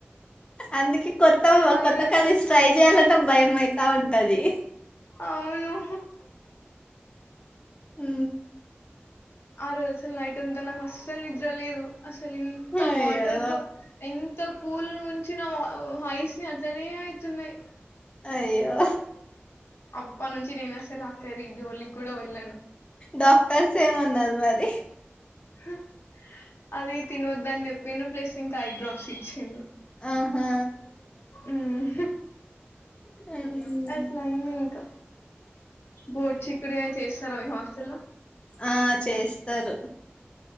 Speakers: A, on the left; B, on the left.
A: అందుకే కొత్త
B: ఆ
A: కొత్త
B: రోజు అసలు
A: కర్రీస్ ట్రై చేయాలంటే భయం అయితా ఉంటంది
B: అవును
A: అ
B: ఆ రోజు నైట్ అంతా నాకు అస్సల్ నిద్ర లేదు అసలు ఎంత
A: అయ్యో
B: వాటర్తో ఎంత కూల్ ఉంచిన హైస్ ని అట్లనే అవుతున్నాయి
A: అయ్యో
B: అప్పట్నుంచి నేనాసలా కర్రీ జోలి కూడా వెల్లను
A: డాక్టర్ మన్నారు మరి
B: హ అది తినొద్దని చెప్పిర్రు ప్లేస్ ఇంకా ఐ డ్రాప్స్ ఇచ్చిండ్రు
A: ఆహా
B: ఊమ్
A: ఉమ్.
B: అట్లా అయింది ఇంకా గోట్ చి ఇక్కడే చేస్తారా మీ హాస్టల్లో
A: ఆ చేస్తారు